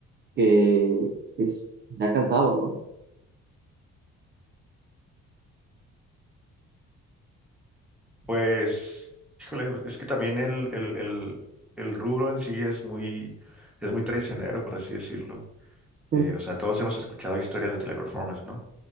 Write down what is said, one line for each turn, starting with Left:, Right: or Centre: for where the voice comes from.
Right: que es ya cansado, ¿no?
Centre: Pues, híjole, es que también el, el, el, el rubro en sí es muy, es muy traicionero, por así decirlo. Eh,
Right: <laughs>
Centre: o
Right: Mm,
Centre: sea, todos hemos escuchado historias de teleperformance, ¿no?